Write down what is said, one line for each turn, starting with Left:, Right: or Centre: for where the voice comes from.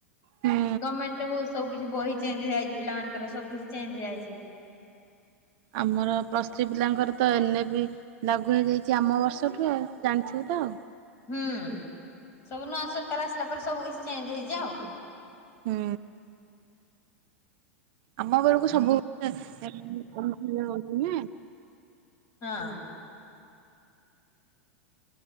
Right: ହୁଁ
Left: ଗମେଣ୍ଟରେ ବହୁତ ସବୁ କିଛି ବହି ଚେଞ୍ଜ ହେଇଯାଇଚି। ପିଲାମାନଙ୍କର ସବୁ କିଛି ଚେଞ୍ଜ ହେଇଯାଇଚି।
Right: ଆମର ପ୍ଲସ୍ ଥ୍ରି ପିଲାଙ୍କର ତ ଏ ନେ ବି ଲାଗୁ ହେଇଯାଇଚି ଆମ ବର୍ଷଠୁ ଆଉ। ଜାଣିଥିବୁ ତ ଆଉ।
Left: ହୁଁ ସବୁ ନୂଆ ସରକାର ଆସିଲା ପରେ ସବୁ କିଛି ଚେଞ୍ଜ ହେଇଚି ଆଉ।
Right: ହୁଁ। ଆମ
Left: ଆଉ
Right: ବେଳୁକୁ
Left: କଣ
Right: ସବୁ
Left: କହ?
Right: <unintelligible> ନୁହେଁ?
Left: ହଁ।